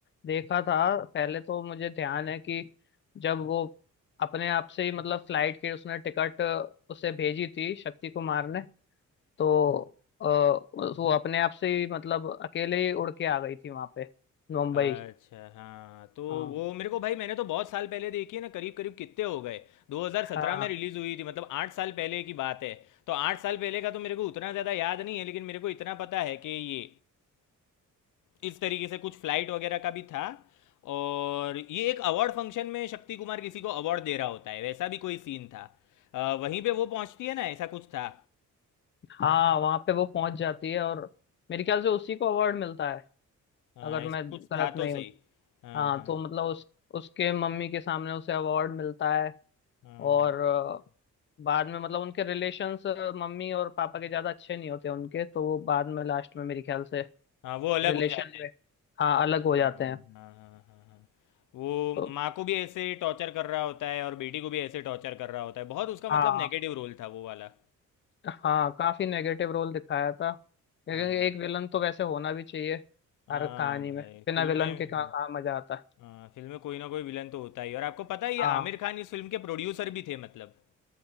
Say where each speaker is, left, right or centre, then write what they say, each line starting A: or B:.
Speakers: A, on the left; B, on the left.
A: देखा था पहले तो मुझे ध्यान है कि जब वो अपने आप से ही मतलब फ्लाइट की उसने टिकट उसे भेजी थी शक्ति कुमार ने तो अ, वो अपने आप से ही मतलब अकेले ही उड़ के आ गई थी वहां पे मुंबई
B: अच्छा हाँ तो
A: हाँ
B: वो मेरे को भाई मैंने तो बहुत साल पहले देखी है ना करीब करीब कितने हो गए 2017
A: हाँ
B: में रिलीज़ हुई थी मतलब आठ साल पहले की बात है तो आठ साल पहले का तो मेरे को उतना ज़्यादा याद नहीं है लेकिन मेरे को इतना पता है कि ये इस तरीके से कुछ फ्लाइट वगैरह का भी था और ये एक अवार्ड फंक्शन में शक्ति कुमार किसी को अवार्ड दे रहा होता है वैसा भी कोई सीन था अ, वहीं पे वो पहुंचती है ना ऐसा कुछ था
A: हाँ वहां पे वो पहुंच जाती है और मेरे ख्याल से उसी को अवार्ड मिलता है
B: हाँ
A: अगर मैं
B: ऐसा कुछ
A: गलत
B: था
A: नहीं
B: तो सही
A: हूँ
B: हाँ
A: हाँ
B: हाँ
A: तो मतलब उस उसके मम्मी के सामने उसे अवार्ड मिलता है
B: हाँ
A: और
B: हाँ
A: अ, बाद में मतलब उनके रिलेशंस मम्मी और पापा के ज्यादा अच्छे नहीं होते उनके तो वो बाद में लास्ट में मेरे ख्याल से
B: हाँ वो अलग
A: रिलेशन
B: हो जाते हैं
A: में हाँ अलग हो
B: हाँ
A: जाते हैं
B: हाँ हाँ हाँ हाँ। वो
A: तो
B: माँ को भी ऐसे टॉर्चर कर रहा होता है और बेटी को भी ऐसे टॉर्चर कर रहा होता है बहुत उसका मतलब
A: हाँ
B: नेगेटिव रोल था वो वाला
A: हाँ काफी नेगेटिव रोल दिखाया था लेकिन
B: हाँ
A: एक विलन तो वैसे होना भी चाहिए
B: हाँ
A: हर कहानी
B: भाई
A: में बिना
B: फिल्म
A: विलन
B: में
A: के कहाँ कहाँ मजा आता है
B: हाँ फिल्म में कोई ना कोई विलन तो होता ही है। और आपको पता है ये
A: हाँ
B: आमिर खान इस फिल्म के प्रोड्यूसर भी थे मतलब